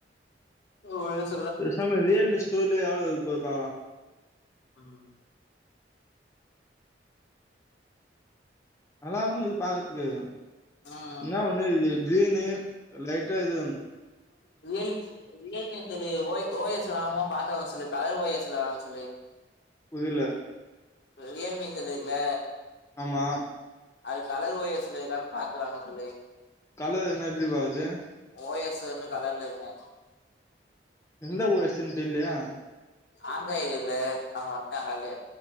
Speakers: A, on the left; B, on the left.
A: த ஒருஷ்
B: பேசாம ரியல்மி ஸ்டோர்லயே எவ்ளவு இது போது பாக்கலா
A: ம்
B: நல்லாதா இருக்கு பாக்றதுக்கு
A: ம்
B: என்ன ஒண்ணு இது கிரீனு லைட்டா இது வன்னு
A: real Realme cell O O S வாங்கமா பாத்து சொல்லு கலர் ஓ எஸ் ல வாங்க சொல்லு
B: புரில
A: ரியல்மி செல்லு இருக்குல
B: ஆமா
A: அது கலர் ஓ எஸ் ல இருக்கானு பாத்து வாங்க சொல்லு
B: கலர் என்ன எப்டி பாக்து
A: ஓ யஸ் வந்து கடைல இருக்குன்னே
B: எந்த ஓ எஸ் னு தெர்லயே
A: ஆண்ட்ராய்டு இதுல அவ வந்டாங் கால்லயே